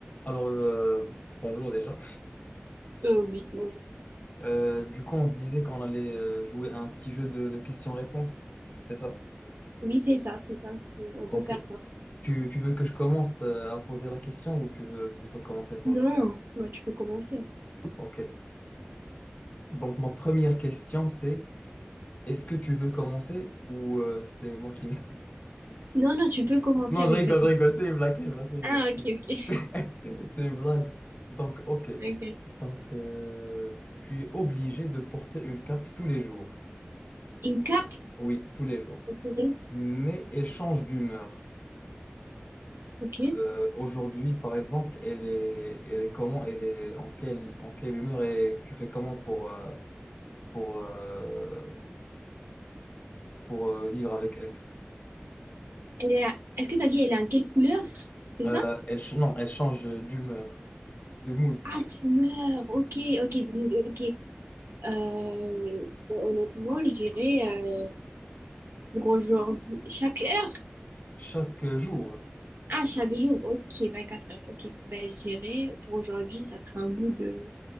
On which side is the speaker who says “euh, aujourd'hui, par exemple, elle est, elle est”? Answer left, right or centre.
Left